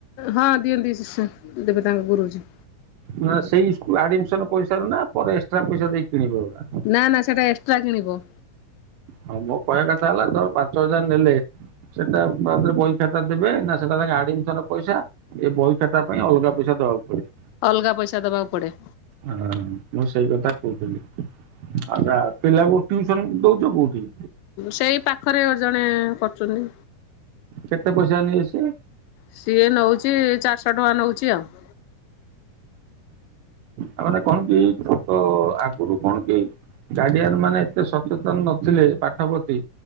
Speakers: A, on the left; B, on the right.
A: ହଁ ଦିଅନ୍ତି ଶିଷ୍ୟ ଦେବେ ତାଙ୍କ ଗୁରୁଜୀ।
B: ନା ସେଇ ସ୍କୁଲ ଆଡମିସନ ପଇସ ରୁ ନା ପରେ ଏକ୍ସଟା ପଇସା ଦେଇ କିଣିବେ ଏଗୁଡା?
A: ନା ନା ସେଇଟା ଏକ୍ସଟ୍ରା କିଣିବ।
B: ହଁ ମୋ କହିବା କଥା ହେଲା ତମର ପାଞ୍ଚ ହଜାର ନେଲେ ସେଟା ତାରେ ବହି ଖାତା ଦେବେ ନା ସେଟା ତା ଆଡମିନ ପଇସା ଏ ବହି ଖାତା ପାଇଁ ଅଲଗା ପଇସା ଦବାକୁ ପଡିବ।
A: ଅଲଗା ପଇସା ଦବାକୁ ପଡେ।
B: ହଁ ମୁଁ ସେଇ କଥା କହୁଥିଲି ଆଛା ପିଲା କୁ ଟିଉସନ ଦଉଛ କୋଉଠି?
A: ସେଇ ପାଖରେ ଜଣେ କରୁଛନ୍ତି
B: କେତେ ପଇସା ନିଏ ସେ?
A: ସିଏ ନଉଛି ଚାରିଶହ ଟଙ୍କା ନଉଛି ଆଉ
B: ଆ ମାନେ କଣ କି ଛୋଟ ଆଗରୁ କଣ କି ଗାଡିଆର ମାନେ ଏତେ ସଚେତନ ନଥିଲେ ପାଠ ପ୍ରତି